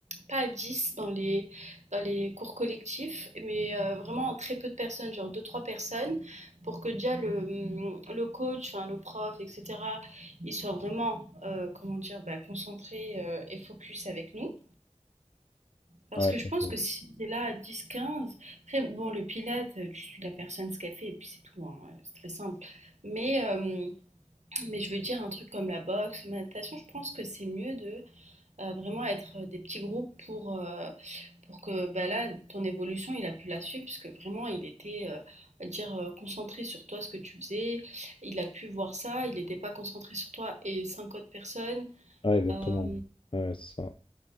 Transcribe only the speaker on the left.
Ouais,
ça,
ça-
ouais, exactement.
Ouais, c'est ça.